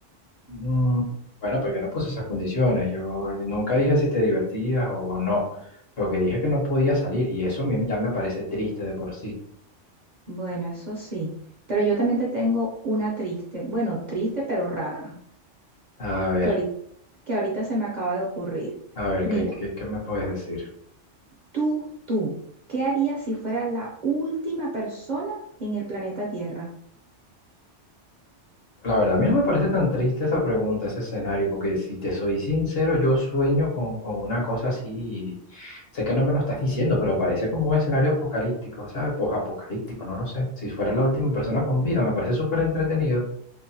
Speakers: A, on the left; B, on the right.
A: mm, Bueno, pues yo no puse esas condiciones, yo nunca dije si te divertías o no. Lo que dije es que no podía salir y eso a mí ya me parece triste de por sí.
B: Bueno, eso sí. Pero yo también te tengo una triste, bueno, triste pero rara,
A: A ver,
B: que ahorita, que ahorita se me acaba de ocurrir.
A: a ver,
B: Mira,
A: ¿qué, qué, qué me puedes decir?
B: tú, tú, ¿qué harías si fueras la última persona en el planeta Tierra?
A: La verdad, a mí no me parece tan triste esa pregunta, ese escenario, porque si te soy sincero, yo sueño con, con una cosa así, sé que no me lo estás diciendo, pero parece como un escenario apocalíptico, ¿sabes? apocalíptico no lo sé. Si fuera la última persona con vida, me parece súper entretenido.